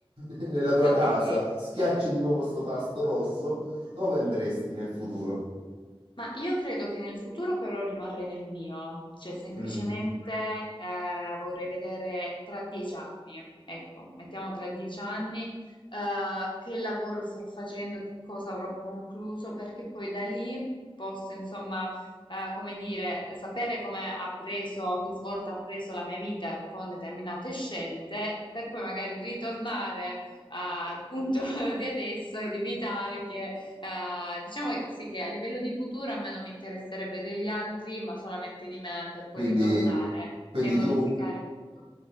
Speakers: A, on the right; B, on the left.
A: <laughs> nella tua casa,
B: ok.
A: schiacci di nuovo sto tasto rosso, dove andresti nel futuro?
B: Ma io credo che nel futuro però rimarrei nel mio, cioè semplicemente
A: Mm.
B: eh, vorrei vedere tra dieci anni, ecco, mettiamo tra dieci anni eh, che lavoro starò facendo, che cosa avrò concluso, perché poi da lì posso insomma, eh, come dire, sapere come ha preso, che svolta ha preso la mia vita con determinate scelte, per poi magari ritornare al punto <laughs> di adesso ed evitare che eh, diciamo che- sì che a livello di futuro a me non mi interesserebbe degli altri, ma solamente di me per poi
A: Quindi,
B: ritornare
A: quindi
B: e modificare
A: tu,
B: tutto.